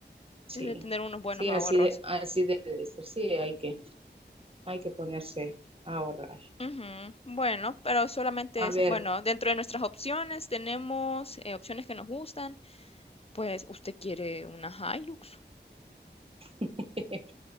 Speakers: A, on the right (about 30°); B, on the left (about 35°).
A: Sí,
B: Es de tener unos buenos
A: sí,
B: ahorros.
A: así de, así debe de ser. Sí, hay que, hay que ponerse a ahorrar.
B: Ujú, Bueno, pero solamente
A: A
B: es,
A: ver,
B: bueno, dentro de nuestras opciones tenemos eh, opciones que nos gustan. Pues, ¿usted quiere una Hilux?
A: <laughs>